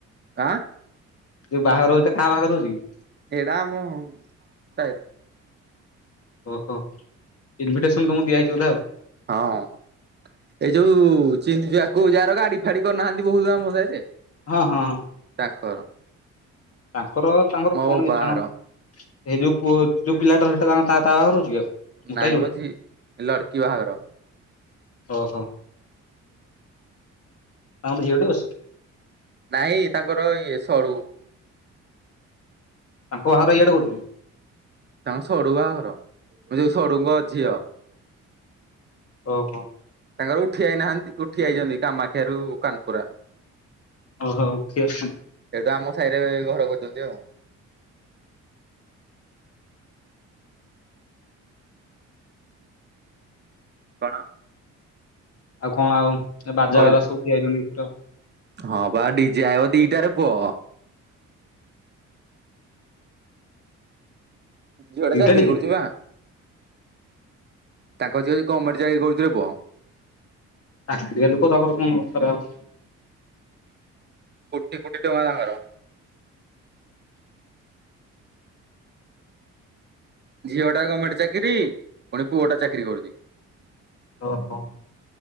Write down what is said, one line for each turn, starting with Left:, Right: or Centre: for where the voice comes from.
Right: ଆଁ।
Left: ଯୋଉ ବାହାଘର ହୋଉଛି ଏଟା କା ବାହାଘର ହୋଉଚି କି?
Right: ଏଡ଼ା ଆମ ସାଇରୁ।
Left: ଓହୋ ଇନଭିଟେସନ ତମକୁ ଦିଆହେଇଛି ବୋଧେ ଆଉ।
Right: ହଁ। ଏଇ ଯୋଉ ଚିନିଚୁ ଆକୁ ଯାହାର ଗାଡି ଫାଡି କରିନାହାନ୍ତି ବହୁତ ଆମ ସାହିରେ।
Left: ହଁ ହଁ।
Right: ତାଙ୍କର।
Left: ତାଙ୍କର ତାଙ୍କର
Right: ମୋ
Left: କଣ
Right: ବାବା
Left: କିଛି ତାଙ୍କର
Right: ଘର
Left: ସେଇ ଯୋଉ ପୁଅ ଯୋଉ ପିଲାଟା ସେଟା ତାଙ୍କ ତା ତା ଘରେ ରଉଛି କି ଆଉ? ମୋଟା
Right: ନାଇଁ
Left: ହେଇକି ଯୋଉଟା
Right: ମ ଝି ଲଡକି ବାହାଘର।
Left: ଓହୋ। ତାଙ୍କର ଝିଅଟେ ଅଛି।
Right: ନାଇଁ ତାଙ୍କର ଇଏ ସଳୁ।
Left: ତାଙ୍କ ବାହାଘର ଇଆଡେ କରୁଛନ୍ତି।
Right: ତାଙ୍କ ସଡୁ ବାହାଘର ଯୋଉ ସଡୁଙ୍କ ଝିଅ।
Left: ଓହୋ।
Right: ତାଙ୍କର ଉଠି ଆଇନାହାନ୍ତି ଉଠି ଆଇଛନ୍ତି କାମାକ୍ଷା ରୁ କାନପୁରା।
Left: ଓହୋ ଉଠି ଆସଛନ୍ତି।
Right: ସେଇଠୁ ଆମ ସାହିରେ ଘର କରିଛନ୍ତି ଆଉ। କଣ?
Left: ଆଉ କଣ ଆଉ ବାଜା
Right: କହିଲେ
Left: ବାଲା ସବୁ ଉଠିଆଇଛନ୍ତି ପୁରେ।
Right: ହଁ ବା ଡିଜେ ଆଇବ ଦିଟାରେ ପୁଅ। ଝିଅ
Left: ଦିଟା
Right: ଟା ଚାକିରି
Left: ଡିଜେ
Right: କରୁଛି ବା? ତାଙ୍କ ଝୀଅ ଯି ଗମେଟ ଚାକିରି କରୁଚିରେ ପୁଅ।
Left: ଚାକିରିଆ ଲୋକ ତାଙ୍କର କଣ ଖରା ଆଉ।
Right: କୋଟି କୋଟି ଟଙ୍କା ତାଙ୍କର। ଝିଅ ଟା ଗର୍ମେଣ୍ଟ ଚାକିରି। ପୁଣି ପୁଅ ଟା ଚାକିରୀ କରୁଛି।
Left: ଓହୋ